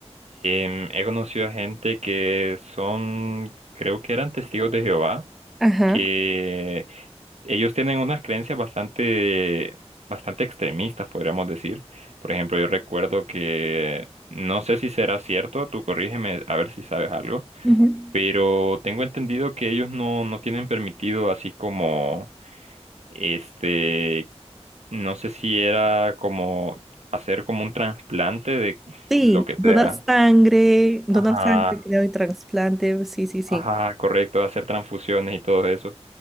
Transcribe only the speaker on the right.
Em, he conocido a gente que son, creo que eran testigos de Jehová,
que ellos tienen unas creencias bastante, bastante extremistas, podríamos decir. Por ejemplo, yo recuerdo que, no sé si será cierto, tú corrígeme a ver si sabes algo,
pero tengo entendido que ellos no, no tienen permitido así como, este, no sé si era como hacer como un trasplante de
lo que
sea.
Ajá.
Ajá, correcto, hacer transfusiones y todo eso.